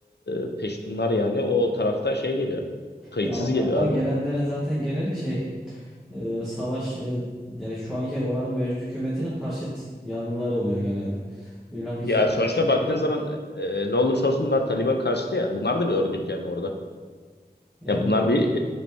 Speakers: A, on the left; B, in the centre.
A: e, Peştunlar yani o taraftan şey geliyor. Kayıtsız
B: Ya Afgan'dan
A: geliyor abi.
B: gelenlerin zaten geneli şey e, savaş e, yani şu anki oranın mevcut hükümetinin karşıt yanlıları oluyor genelde. Bilmem hiç
A: Ya
B: fark
A: sonuçta
B: ettin
A: baktığın
B: mi?
A: zaman e, ne olursa olsun bunlar Taliban karşıtı ya. Bunlar da bir örgüt yani orada.
B: Yani,
A: Ya bunlar bir